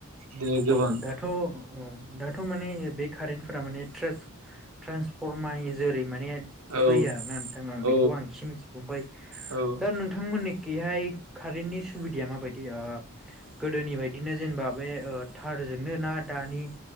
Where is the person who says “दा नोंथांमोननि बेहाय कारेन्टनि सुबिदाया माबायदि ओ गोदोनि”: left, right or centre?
Centre